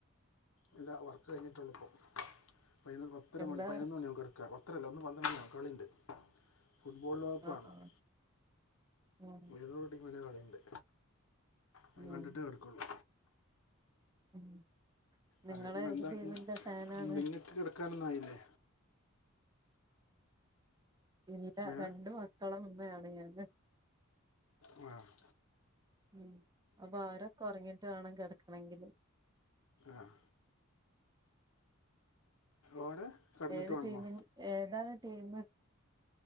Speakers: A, on the left (about 90°); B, on the right (about 20°).
A: ഇല്ലാ വർക്ക് കഴിഞ്ഞിട്ടുള്ളു ഇപ്പൊ പതിനൊന്ന് പത്തരമണി
B: എന്താ
A: പതിനൊന്നു മണി ആവും കിടക്കാൻ പത്തരല്ല ഇന്ന് പന്ത്രണ്ട്ണിയാവും കളിണ്ട്. ഫുട്ബോള് ലോകക പ്പ്
B: ആഹ്
A: കാണണം
B: ആഹ് ഉം
A: ഏതോരു ടീമിന്റകളിയുണ്ട്. അത് കണ്ടിട്ടേ
B: ഉം
A: കെടക്കോള്ളൂ.
B: ഉം നിങ്ങള്
A: അ ങഎന്താ
B: ഏത് ടീമിന്റെ
A: ന്ന്
B: ഫാനാണ്
A: നിങ്ങൾക്ക് കിടക്കാനൊന്നായില്ലേ?
B: ഇല്ല
A: ഏ
B: രണ്ടു മക്കളു മ്മയാണ് ഞാന്.
A: മാഹ്.
B: ഉം അപ്പൊ അവരൊക്കെ ഒറങ്ങിട്ട് വേണം കെടക്കണെങ്കില്.
A: ആഹ്. ഓരെ കടന്നിട്ട്
B: ഏത്
A: വേണമെന്നോ
B: ടീമേൻ. ഏതാണ് ടീം